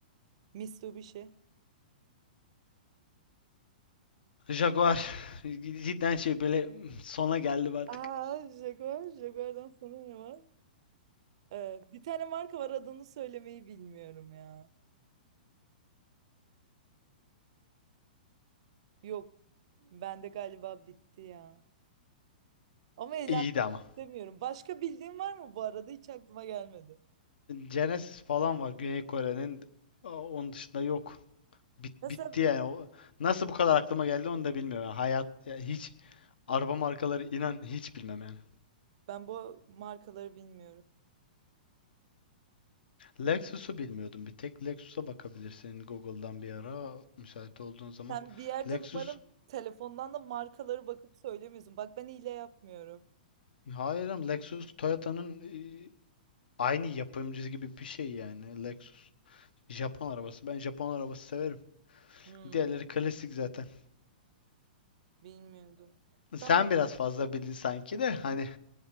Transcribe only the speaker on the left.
Jaguar. Cidden şey böyle sona geldi artık.
İyiydi ama.
Genesis falan var Güney Kore'nin. Aa, Onun dışında yok. Bit-
bitti yani.
Nasıl bu kadar aklıma geldi onu da bilmiyorum. Yani hayat ya hiç araba markaları inan hiç bilmem yani.
Lexus'u bilmiyordum bir tek. Lexus'a bakabilirsin Google'dan bir ara müsait olduğun zaman.
Lexus
Hayır ama Lexus Toyota'nın e, aynı yapımcısı gibi bir şey yani. Lexus Japon arabası. Ben Japon arabası severim.
Diğerleri klasik zaten.
Sen biraz fazla bildin sanki de hani